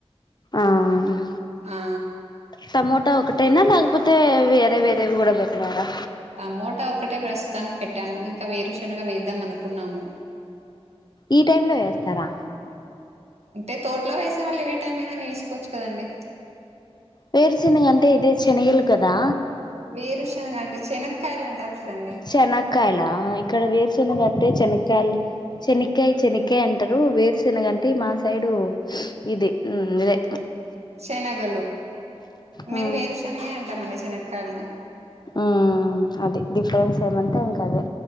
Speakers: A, on the left (about 40°); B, on the right (about 80°).
A: ఆ
B: ఆ
A: టమోటా ఒకటైనా లేకపోతే వేరే వేరేవి కూడా పెట్టినారా
B: టమోటా ఒకటే ప్రస్తుతానికి పెట్టాము ఇంకా వేరుశనగా వేద్దాం అనుకున్నాము
A: ఈ టైమ్ లో ఏస్తారా
B: అంటే తోటలో వేసే వాళ్ళు ఏవే టైం అయినా వేసుకోవచ్చు కదండి
A: వేరుచెనగా అంటే ఇదే శనగలు కదా
B: వేరుశనగా అంటే చెనక్కాయలు అంటరు చూడండి
A: చెనకాయలా ఇక్కడ వేరుశనగాంటే చెనకాయలు చెనక్కయ చెనక్కయ అంటారు వేరుశెనగంటే మా సైడు ఇది ఉ ఇదే
B: శనగలు మేము
A: ఆ
B: వేరు శనగ అంటమండి శనగక్కళని
A: ఉమ్ అది డిఫరెన్స్ ఏమంటే ఇంకా అదే